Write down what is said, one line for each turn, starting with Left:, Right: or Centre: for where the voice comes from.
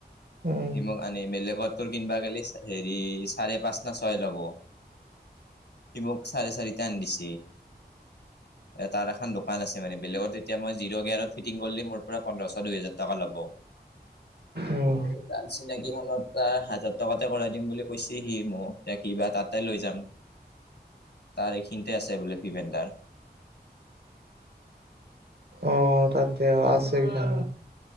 Right: উম
Left: হিম <inaudible> এনেই বেলেগত তোৰ কিনিবা গ'লে হেৰি চাৰে পাঁচ না ছয় ল'ব। সি মোক চাৰে চাৰিটা‌ আনি দিছে। এ তাৰ এখন দোকান আছে মানে বেলেগত এতিয়া মই জিৰ' গেয়াৰত ফিটিং কৰিলে মোৰ পৰা‌‌ পোন্ধৰশ, দুই হেজাৰ টকা ল'ব।
Right: উম
Left: এ তাৰ চিনাকি হ'লত এটা হাজাৰ টকাতে কৰাই দিম বুলি কৈছে সি মোক এতিয়া কিবা তাতে লৈ যাম। তাৰ এইখিনিতে আছে বোলে পিভেনদাৰ।
Right: অঁ! তাতে অ আছে কিখন।